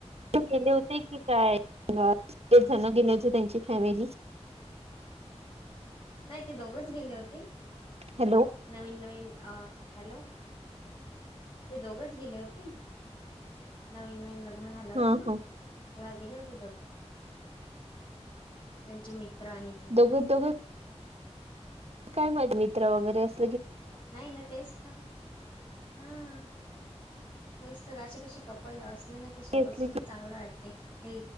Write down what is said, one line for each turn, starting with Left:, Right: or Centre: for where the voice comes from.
Right: गेले होते की काय जना गेले होते त्यांची फॅमिली <inaudible>
Left: नाही ते दोघंच गेले होते
Right: हॅलो
Left: नवीन नवीन अ हॅलो ते दोघच गेले होते नवीन नवीन लग्न झालं होत
Right: हा
Left: ना
Right: हा
Left: तेव्हा गेले होते ते दोघं त्यांचे मित्र आणि ते
Right: दोघे दोघे काय माहित मित्र वगैरे अस
Left: नाही ना तेच तर हम् तेच तर अे कशी कपल असले ना की सोबत
Right: असली
Left: सोबत
Right: की
Left: चांगलं वाटते